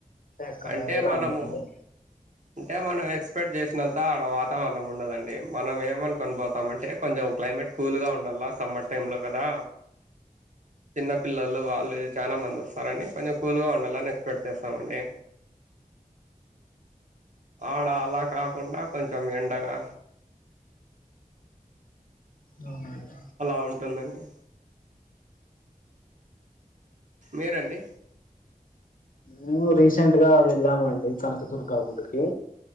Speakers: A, on the left (about 65°); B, on the right (about 55°).
A: అక్కడ
B: అంటే
A: ఎలా
B: మనము
A: ఉందండి
B: అంటే మనం ఎక్స్ పెక్ట్ చేసినంత అక్కడ వాతావరణం ఉండదండి మనం ఏమనుకుొని పోతము అంటే కొంచెం క్లైమేట్ కూల్గా ఉండలా సమ్మర్ టైంలో కదా చిన్నపిల్లలు వాళ్ళుళ్ చాలా మంది వస్తారండి కొంచెం కూల్గా ఉండాలని ఎక్స్పెక్ట్ చేస్తామండి ఆడ అలా కాకుండా కొంచెం ఎండగా
A: అవును
B: అలా ఉంటుందండి మీరండి
A: మేము రీసెంట్ గా వెళ్ళాముండి కనకదుర్గాగుడికి